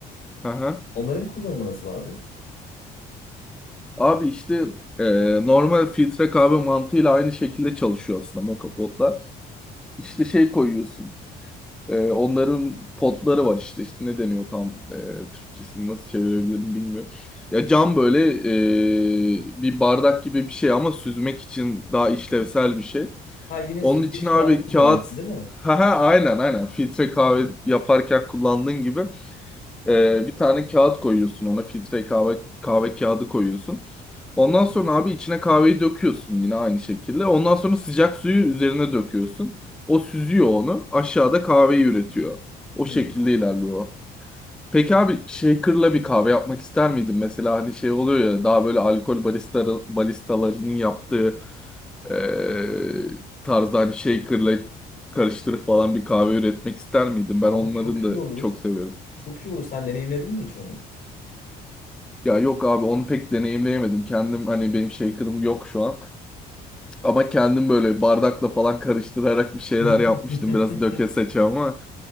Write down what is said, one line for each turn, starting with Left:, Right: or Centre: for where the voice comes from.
Centre: Aha.
Left: Onların kullanımı nasıl abi?
Centre: Abi işte e, normal filtre kahve mantığıyla aynı şekilde çalışıyor aslında moka potla. İşte şey koyuyorsun. E, onların potları var işte. İşte ne deniyor tam e, Türkçesini nasıl çevirebilirim bilmiyorum. Ya cam böyle e, bir bardak gibi bir şey ama süzmek için daha işlevsel bir şey.
Left: Ha yine
Centre: Onun
Left: süzgeç
Centre: için abi
Left: kağıdı kullanıyorsun
Centre: kağıt
Left: değil mi?
Centre: <laughs> ha ha aynen aynen filtre kahve yaparken kullandığın gibi ee, bir tane kağıt koyuyorsun ona filtre kahve kahve kağıdı koyuyorsun. Ondan sonra abi içine kahveyi döküyorsun yine aynı şekilde. Ondan sonra sıcak suyu üzerine döküyorsun. O süzüyor onu. Aşağıda kahveyi üretiyor. O
Left: Hmm.
Centre: şekilde ilerliyor. o. Peki abi shaker'la bir kahve yapmak ister miydin? Mesela hani şey oluyor ya daha böyle alkol barista, baristalarının yaptığı eee tarzda hani shaker'la karıştırıp falan bir kahve üretmek ister miydin?
Left: Abi
Centre: Ben onların
Left: çok iyi
Centre: da
Left: olur.
Centre: çok severim.
Left: Çok iyi olur. Sen deneyimledin mi hiç onu?
Centre: Ya yok abi onu pek deneyimleyemedim. Kendim hani benim shaker'ım yok şu an. Ama kendim böyle bardakla falan karıştırarak bir şeyler
Left: <laughs>
Centre: yapmıştım. Biraz döke seçe ama